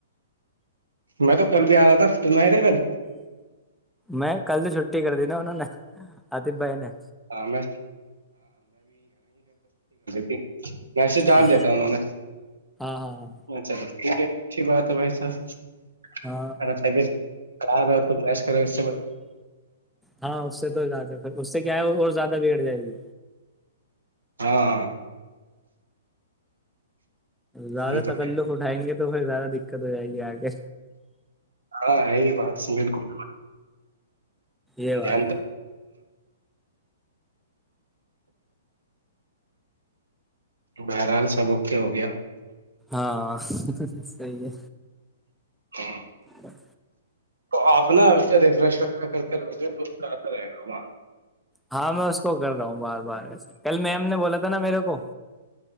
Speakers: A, on the right; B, in the centre.
A: میں تو کل بھی آ رہا تھا تم آئے تھے کل
B: میں کل تو چھٹی کر دی نہیں اننوں نے آتیت بائی نے
A: ہاں میں ج میںسے ڈال
B: ہاں
A: دیا تھا انہوں نے
B: ہاں ہاں
A: چل بس ٹھیک ہے اچھی بات تو بھائیساراب
B: ہاں ہاں اس سے تو زیادہ پھر اس سے کیا ہے وہ اور زیادہ بیگڑ جائے گی
A: ہاں
B: زیادہ
A: یہ تو
B: تتلق اٹھائیں گے تو زیادہ دقت ہو جائے گی آگے
A: ہاں ہے ہی بات بالکل
B: یہ بات
A: دان
B: ہے
A: بہرحال سب اوکے ہو گیا
B: ہاں صی ہے
A: ج
B: وق
A: تو آپ نا اس سے ریفریش وہ کرتے رہو گے تو رہے گا وہاں
B: ہاں میں اس کو کر رہا ہوں بار بارسے کل میم نے بولا تھا نا میرے کو